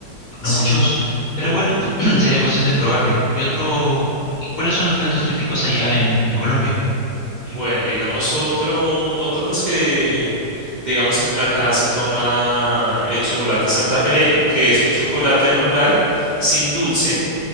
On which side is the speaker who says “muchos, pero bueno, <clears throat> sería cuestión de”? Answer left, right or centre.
Left